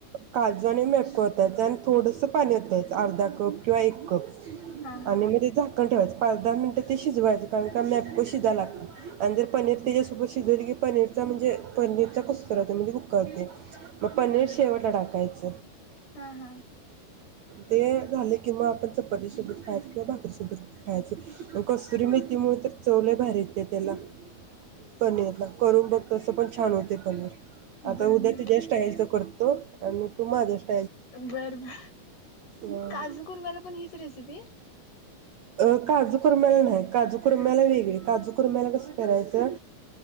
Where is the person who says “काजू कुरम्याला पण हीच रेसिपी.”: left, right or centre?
Left